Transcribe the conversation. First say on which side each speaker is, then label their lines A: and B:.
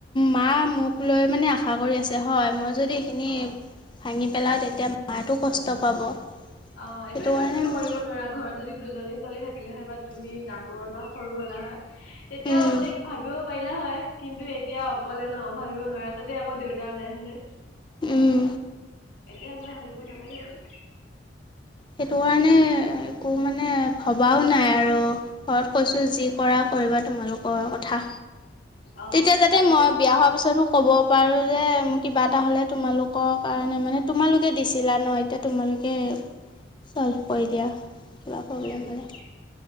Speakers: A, on the left (about 25°); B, on the left (about 80°).
A: মা মোক লৈ মানে আশা আশা কৰি আছে হয় মই যদি এইখিনি
B: অ
A: ভাঙি পেলাওঁ তেতিয়া মায়ে টো কষ্ট পাব।
B: অ' এইটো
A: সেইটো
B: এনেও
A: কাৰণে
B: তুমিও কৰিব
A: মই
B: নোৱাৰা ঘৰত যদি দুজনী ছোৱালী থাকিলে হয় বা তুমি ডাঙৰ বা সৰু হলা তেতিয়া
A: উম
B: মানে ভাবিব পাৰিলা হয়। কিন্তু এতিয়া অকলে ন ভাবিব নোৱা তাতে আকৌ দেউতাও নাই হায় নে।
A: উম।
B: এতিয়া এইবিলাক ভাবিব নালাগে বাৰু।
A: সেইটো কাৰণে একো মানে ভবাও নাই আৰু। ঘৰত কৈছোঁ যি কৰা কৰিবা তোমালোকৰ কথা।
B: অ
A: তেতিয়া যাতে
B: ভালে
A: মই
B: কৈছা
A: বিয়া হোৱাৰ পিছতো ক'ব পাৰো যে মোৰ কিবা এটা হ'লে তোমালোকৰ কাৰণে মানে তোমালোকে দিছিলা ন এতিয়া তোমালোকে চল্ভ কৰি দিয়া। কিবা প্ৰব্লেম
B: উম
A: হ'লে।
B: উম